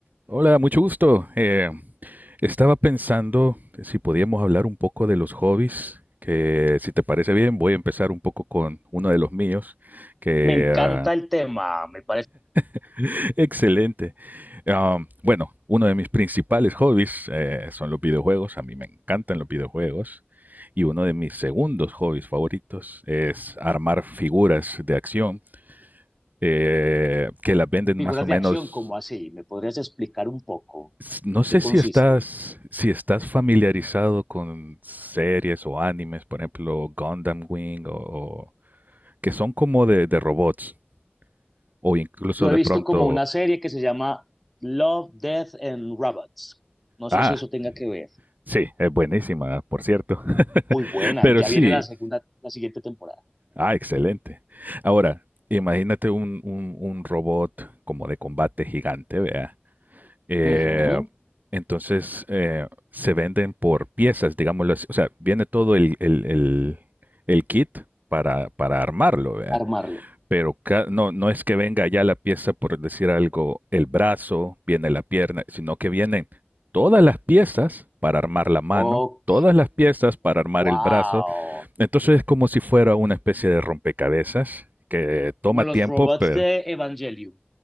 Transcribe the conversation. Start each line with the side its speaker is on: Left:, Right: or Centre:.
Right: Hola, mucho gusto. Eh, estaba pensando si podíamos hablar un poco de los hobbies, que si te parece bien, voy a empezar un poco con uno de los míos, que
Centre: Me encanta
Right: ah,
Centre: el tema, me parece
Right: <laughs> excelente. Am, bueno, uno de mis principales hobbies eh, son los videojuegos, a mí me encantan los videojuegos, y uno de mis segundos hobbies favoritos es armar figuras de acción eh, que las venden
Centre: figuras
Right: más o menos
Centre: de acción, como así? ¿Me podrías explicar un poco
Right: S- No
Centre: en
Right: sé
Centre: qué consiste?
Right: si estás, si estás familiarizado con series o animes, por ejemplo, Gundam Wing, o, o- que son como de, de robots, o incluso
Centre: Yo he
Right: de
Centre: visto
Right: pronto.
Centre: como una serie que se llama Love, Death and Robots. No sé
Right: Ah,
Centre: si eso tenga que ver.
Right: sí, es buenísima, por cierto. <laughs>
Centre: Muy buena,
Right: Pero
Centre: y ya
Right: sí,
Centre: viene la segunda, la siguiente temporada.
Right: ah, excelente. Ahora, imagínate un, un, un robot como de combate gigante, vea. Eh,
Centre: Ujú,
Right: entonces eh, se venden por piezas, digámoslo así. O sea, viene todo el, el, el, el kit para, para armarlo, ¿verdad?
Centre: Armarlo.
Right: Pero ca- no, no es que venga ya la pieza, por decir algo, el brazo, viene la pierna, sino que vienen todas las piezas para armar la mano,
Centre: Ok,
Right: todas las piezas para armar
Centre: wow.
Right: el brazo. Entonces es como si fuera una especie de rompecabezas que toma
Centre: Como los
Right: tiempo,
Centre: robots
Right: pero...
Centre: de Evangelium.